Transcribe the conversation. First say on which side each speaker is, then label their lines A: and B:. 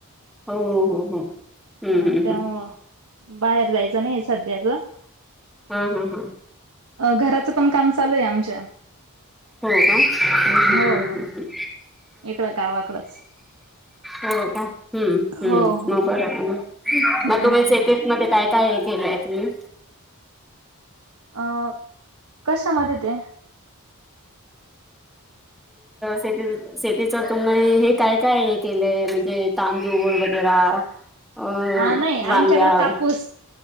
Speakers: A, in the centre; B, on the right.
A: हो हो हो, हम्म
B: हा
A: हम्म
B: त्यामुळं
A: हम्म.
B: बाहेर जायचं नाहीय सध्या गं.
A: हा हा हा.
B: अ घराचं पण काम चालूं आहे आमच्या.
A: हो का? हम्म हम्म
B: हो
A: हम्म
B: हो
A: हम्म.
B: इकडं गावाकडंच.
A: हो का? हम्म हम्म,
B: हो हो
A: मग बरं आहे ना. मग
B: हा
A: तुम्ही शेतीत मध्ये काय काय केलंय तुम्ही?
B: अ कशामध्ये ते?
A: शेती शेतीच तुमही हे काय काय हे केलंय म्हणजे तांदूळ वगैरा? <inaudible>
B: अ नाही
A: वांग्या
B: आमच्याकडे कापूस